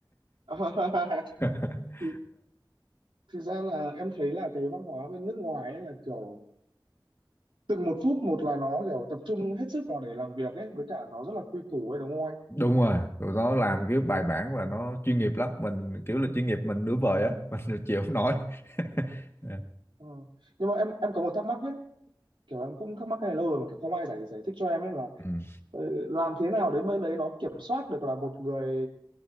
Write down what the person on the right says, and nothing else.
<laughs>
thì thực ra là em thấy là cái văn hóa bên nước ngoài ấy là kiểu từng một phút một là nó kiểu tập trung hết sức vào để làm việc ấy với cả nó rất là quy củ ấy đúng không anh
ừ. nhưng mà em em có một thắc mắc nhé kiểu em cũng thắc mắc cái này lâu rồi mà kiểu không ai giải giải thích cho em ấy là
ờ, làm thế nào đến bên đấy nó kiểm soát được là một người